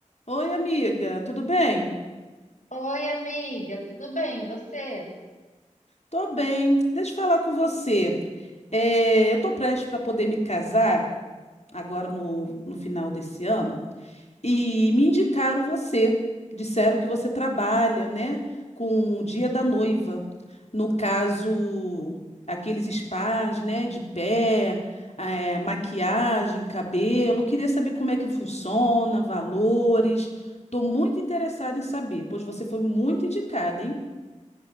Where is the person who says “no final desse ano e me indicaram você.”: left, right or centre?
Left